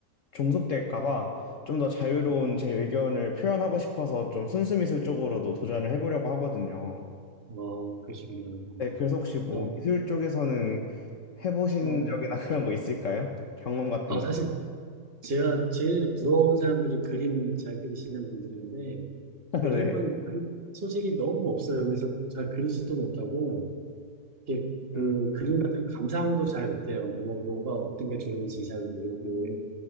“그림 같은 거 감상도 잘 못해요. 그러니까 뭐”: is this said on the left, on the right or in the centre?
Right